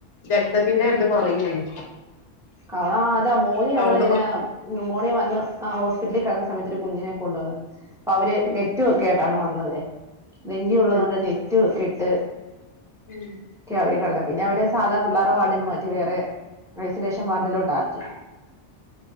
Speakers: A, on the left (about 80°); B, in the centre.
A: രക്തത്തിന്റെ ഇത് കൊറയാണ്.
B: കവറാ ഇതാ മോൻ
A: സൗണ്ട്
B: ഞങ്ങള് ഇങ്ങനെ
A: കൊ
B: നിമോണിയ വന്ന് ആ ഹോസ്പിറ്റ്ലി കെട്ന്ന സമയത്ത് ഒരു കുഞ്ഞിനെ കൊണ്ടോന്നെ. അപ്പം അവര്
A: ഉം
B: നെറ്റ് കേട്ടാണ് വന്നത്. ലെങ്കിയുള്ള
A: ഉം
B: തോണ്ടെന്നെ റ്റു കിട്ട്
A: ഉം
B: ക്കെ അവര് കടന്നെ. പിന്നെ അവരെ സാധാ പിള്ളേറെ വാർഡിന്ന് മാറ്റി വേറെ ഐസൊലേഷൻ അതിലോട്ട് ആക്കി.